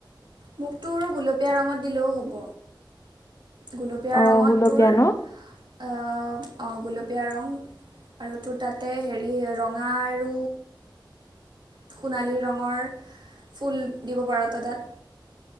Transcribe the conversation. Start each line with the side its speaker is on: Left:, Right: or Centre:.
Right: মোকতোৰ গোলপীয়া ৰঙত দিলেও হ'ব গুলপীয়া
Left: অ
Right: ৰঙত
Left: গুলপীয়া
Right: তোৰ এঅহ
Left: ন
Right: অ গুলপী গোলপীয়া ৰং আৰু তোৰ তাতে হেৰি ৰঙা আৰু সোণালী ৰঙৰ ফুল দিব পাৰা তাত